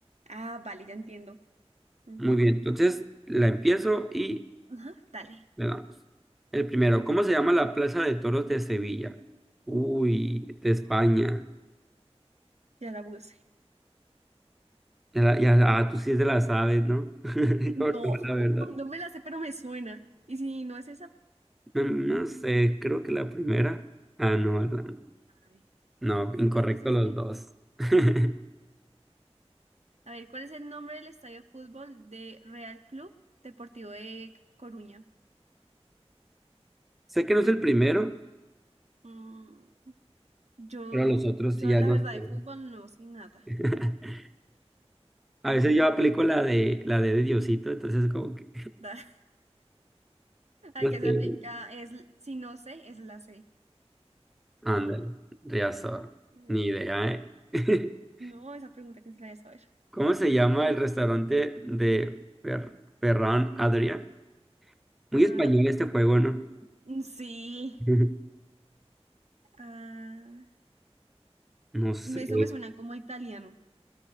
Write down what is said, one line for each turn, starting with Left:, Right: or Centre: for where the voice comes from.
Right: Ah, vale, ya entiendo. Ujú.
Centre: Muy bien, entonces la empiezo y
Right: Ajá, Dale,
Centre: le damos. El primero, ¿cómo se llama la Plaza de Toros de Sevilla? Uy,
Right: Mm,
Centre: de España.
Right: ya la puse.
Centre: Ya la- ya- ah, tú sí te la sabes, ¿no? <laughs>
Right: No,
Centre: Yo no, la verdad.
Right: <laughs> no me la sé, pero me suena. ¿Y si no es esa?
Centre: No, no sé, creo que la primera. Ah, no, la-
Right: Ay,
Centre: no, incorrecto
Right: ¿cuál puso usted?
Centre: los dos. <laughs>
Right: A ver, ¿cuál es el nombre del estadio de fútbol de Real Club Deportivo de Coruña?
Centre: Sé que no es el primero,
Right: Mm, yo,
Centre: pero los otros
Right: yo
Centre: sí ya
Right: la
Centre: no
Right: verdad
Centre: sé.
Right: de fútbol no sé nada.
Centre: <laughs> A
Right: Coruña.
Centre: veces yo aplico la de la de, de Diosito, entonces como que
Right: <laughs>
Centre: <laughs>
Right: La
Centre: no
Right: que
Centre: sé.
Right: se aplica
Centre: güey.
Right: es, l- si no sé, es la C.
Centre: Ándale,
Right: Mm,
Centre: Riazor,
Right: la-
Centre: ni idea, ¿eh? <laughs>
Right: No, esa pregunta que sí la voy a saber.
Centre: ¿Cómo se llama el restaurante de Fer- Ferran Adrià? Muy
Right: Ah,
Centre: español este juego, ¿no?
Right: mm, sí.
Centre: <laughs>
Right: Ah,
Centre: No sé.
Right: eso me suena como italiano.